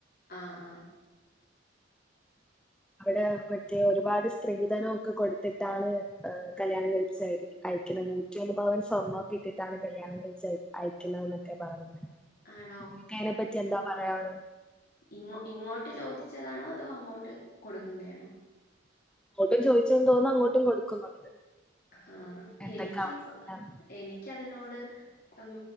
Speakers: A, on the left; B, in the centre.
A: ആഹ് ആഹ്
B: അവിടെ മറ്റേ ഒരുപാട് സ്ത്രീധനം ഒക്കെ കൊടുത്തിട്ടാണ് കല്യാണം കഴപ്പിച്ചായിരി അയക്ക്ന്നെ നൂറ്റ്യൊന്ന് പവൻ സ്വർണ്ണോക്കിട്ടിട്ടാണ് കല്യാണം കഴിച്ചയ് അയക്ക്ന്നതെന്നൊക്കെ പറയ്ന്നെ
A: ആണോ
B: ങ്ങക്കയ്നെ പ്പറ്റി എന്താ പറയാഉള്ളെ
A: ഇങ്ങൊ ഇങ്ങോട്ട് ചോദിച്ചതാണോ അതോ അങ്ങോട്ട് കൊടുക്ക്ന്നെയാണോ
B: ഇങ്ങോട്ടും ചോയ്ച്ചെന്ന് തോന്ന്ന്ന് അങ്ങോട്ടും കൊടുക്കുന്നുണ്ട്
A: ആഹ്
B: എന്തൊക്കെ
A: എനിക്ക്
B: അവസ്ഥയാണ്
A: എനിക്കതിനോട് ഉം